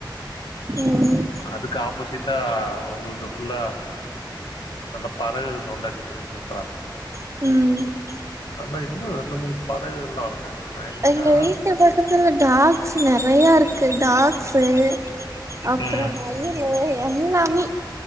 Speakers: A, on the right; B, on the left.
A: ம்
B: அதுக்கு ஆப்போசிட்டா உங்ல்து ஃபுல்லா தெர்ல பறவைகள் சவுண்டா கேக்குது சூப்பர்
A: ம்..
B: அந்மாரி இன்னு ரெண்டு மூணு பறவைகள் எல்லா வருமே மைனா
A: எங்க வீட்டு பக்கத்துல டாக்ஸ் நெறைய இருக்கு டாக்ஸு அப்றோம்
B: ம்
A: மல்லில எல்லாமே